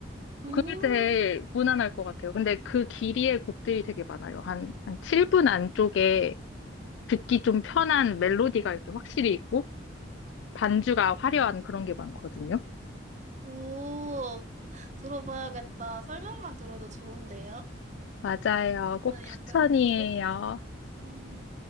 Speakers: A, on the right; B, on the left.
A: 음,
B: 그게 제일 무난할 것 같아요. 근데 그 길이의 곡들이 되게 많아요. 한, 한 7분 안쪽에 듣기 좀 편한 멜로디가 이렇게 확실히 있고, 반주가 화려한 그런 게 많거든요.
A: 오, 들어봐야겠다. 설명만 들어도 좋은데요?
B: 맞아요. 꼭
A: 저는
B: 추천이에요.
A: 약간 김 곡. 네.